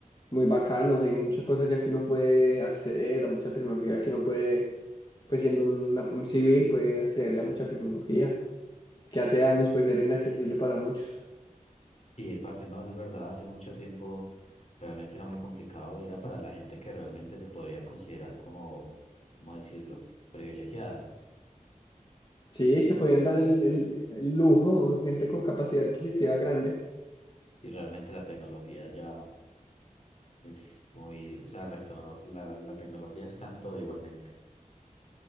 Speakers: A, on the left; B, on the left.
A: muy bacanos, hay muchas cosas ya que uno puede acceder a mucha tecnología que uno puede, pues siendo una- un civil, puede acceder a mucha tecnología, que hace años pues era inaccesible para muchos.
B: Sí, parce, no, es verdad, hace mucho tiempo realmente era muy complicado, era para la gente que realmente se podría considerar como, ¿cómo decirlo?, privilegiada.
A: Sí, se podían dar el, el- el lujo, gente con capacidad adquisitiva grande.
B: Y realmente la tecnología ya es muy, o sea, la, tecno- la, la tecnología es tanto igualmente,